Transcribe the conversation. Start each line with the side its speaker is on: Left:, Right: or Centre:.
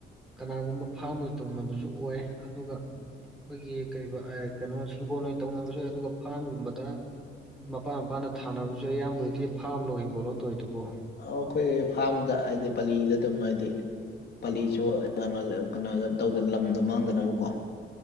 Centre: ꯀꯅꯥꯒꯨꯝꯕ ꯐꯥꯝ ꯑꯣꯏꯅ ꯇꯧꯅꯕꯁꯨ ꯑꯣꯏ ꯑꯗꯨꯒ ꯑꯩꯈꯣꯏꯒꯤ ꯀꯩ ꯀꯩꯅꯣ ꯍꯤꯡꯒꯣꯟ ꯑꯣꯏꯅ ꯇꯧꯅꯕꯁꯨ ꯌꯥꯏ ꯑꯗꯨꯒ ꯐꯥꯝꯒꯨꯝꯕꯗ ꯃꯄꯥꯥꯟ ꯃꯄꯥꯅ ꯊꯥꯅꯕꯁꯨ ꯏꯌꯥꯝꯕꯗꯤ ꯐꯥꯝ ꯂꯣ ꯍꯤꯡꯒꯣꯠꯂꯣ ꯇꯧꯋꯤꯗꯨꯕꯣ
Left: ꯑꯩꯈꯣꯏ ꯐꯥꯔꯝꯗ ꯍꯥꯏꯗꯤ ꯄꯥꯂꯤꯗ ꯑꯗꯨꯝ ꯍꯥꯏꯗꯤ ꯄꯥꯂꯤꯁꯨ ꯀꯩꯅꯣ ꯀꯩꯅꯣꯗ ꯇꯧꯗꯅ ꯂꯝꯗꯣ ꯃꯥꯡꯗꯅꯕꯀꯣ